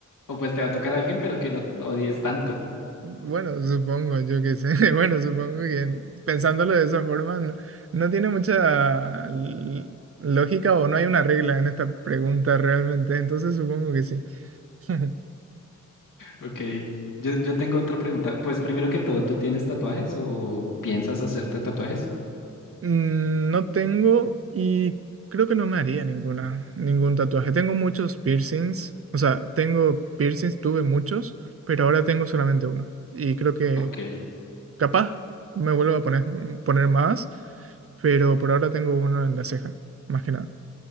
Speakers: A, on the left; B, on the right.
A: o pues te va a tocar a alguien, pero que no odies tanto.
B: bueno, supongo, yo qué sé, <laughs> bueno, supongo que pensándolo de esa forma, no, no tiene mucha l- lógica o no hay una regla en esta pregunta realmente, entonces supongo que sí. <laughs>
A: Ok. Yo, yo tengo otra pregunta. Pues primero que todo, ¿tú tienes tatuajes o piensas hacerte tatuajes?
B: Mm, No tengo y creo que no me haría ninguna, ningún tatuaje. Tengo muchos piercings, o sea, tengo piercings, tuve muchos, pero ahora tengo solamente uno. Y creo que
A: Ok,
B: Capaz me vuelvo a poner, poner más, pero por ahora tengo uno en la ceja, más que nada.